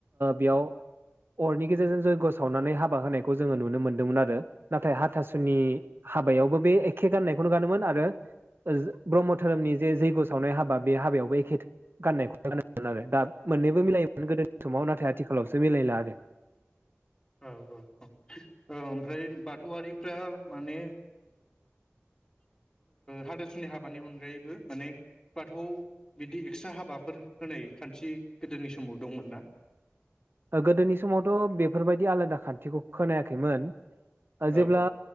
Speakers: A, on the right; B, on the left.
A: बेयाव अरनि गेजेरजों जैयग्य' सावनानै हाबा होनायखौ जोङो नुनो मोनदोंमोन आरो नाथाय हाथासुनि हाबायावबो बे एखे गान्नायखौनो गानोमोन आरो ब्रह्म धोरोमनि जे जै्यग' सावनाय हाबा बे हाबायावबो एखे गाननायखौनो गानोमोन आरो दा मोननैबो मिलायोमोन गोदोनि समाव नाथाय आथिखालावसो मिलायला आरो
B: औ औ औ औ ओमफ्राय बाद बाथौआरिफ्रा माने हाथासुनि हाबानि अनगायैबो माने बाथौआव बिदि एक्सट्रा हाबाफोर होनाय खान्थि गोदोनि समाव दंमोनना?
A: गोदोनि समावथ' बेफोरबायदि आलादा खान्थिखौ खोनायाखैमोन जेब्ला
B: औ